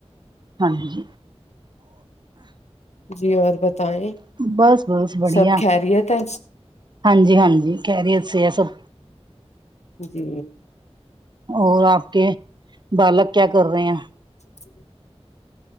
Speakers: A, on the right (about 40°); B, on the left (about 85°).
A: ہاں جی
B: جی اور بتائیں
A: بس بس بڑھیا
B: سب خیریت ہے
A: ہاں جی ہاں جی خیریت سے سب
B: جی
A: اور آپ کے بالک کیا کر رہے ہیں
B: <inaudible>